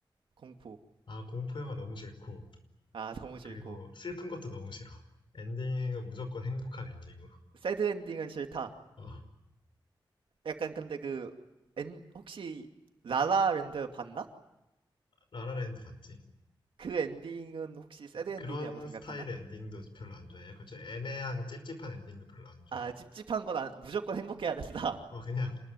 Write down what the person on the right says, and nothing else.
공포.
아, 너무 싫고.
새드 엔딩은 싫다.
약간 근데 그, 엔, 혹시 라라랜드 봤나?
그 엔딩은 혹시 새드 엔딩이라고
생각하나?
아, 찝찝한 건 안- 무조건 행복해야 된다.